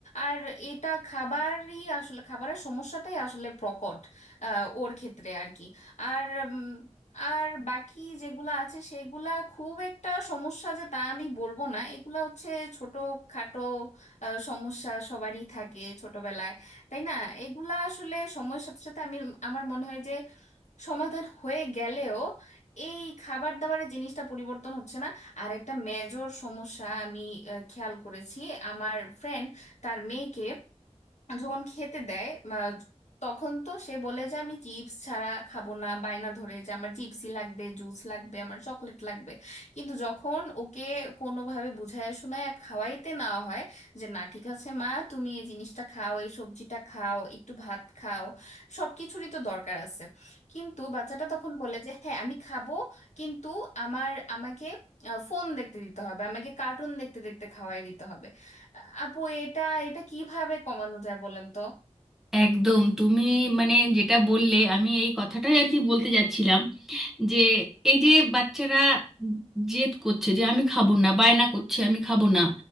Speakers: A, on the left (about 75°); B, in the centre.
A: আর এটা খাবারই আসলে খাবারের সমস্যাটাই আসলে প্রকট আহ, ওর ক্ষেত্রে আর কি আর উম, আর বাকি যেগুলা আছে সেগুলা খুব একটা সমস্যা যে তা আমি বলবো না এগুলা হচ্ছে ছোট খাটো আহ, সমস্যা সবারই থাকে ছোটবেলায় তাই না এগুলা আসলে সময়ের সাথে সাথে আমি আমার মনে হয় যে সমাধান হয়ে গেলেও এই খাবার দাবারের জিনিসটা পরিবর্তন হচ্ছে না আর একটা মেজর সমস্যা আমি আহ, খেয়াল করেছি আমার ফ্রেন্ড তার মেয়েকে যখন খেতে দেয় আহ, তখন তো সে বলে যে আমি চিপস ছাড়া খাবো না বায়না ধরে যে আমার চিপসই লাগবে জুস লাগবে আমার চকলেট লাগবে কিন্তু যখন ওকে কোনোভাবে বুঝায় শোনায় খাওয়াইতে নেওয়া হয় যে না ঠিক আছে মা তুমি এই জিনিসটা খাও এই সবজিটা খাও একটু ভাত খাও সব কিছুরই তো দরকার আছে কিন্তু বাচ্চাটা তখন বলে যে হ্যাঁ আমি খাবো কিন্তু আমার আমাকে ফোন দেখতে দিতে হবে আমাকে কার্টুন দেখতে দেখতে খাওয়াই দিতে হবে আপু এটা এটা কিভাবে কমানো যায় বলেন তো
B: একদম তুমি মানে যেটা বললে আমি এই কথাটাই আর কি বলতে যাচ্ছিলাম যে এই যে বাচ্চারা জেদ করছে যে আমি খাবো না বায়না করছে আমি খাবো না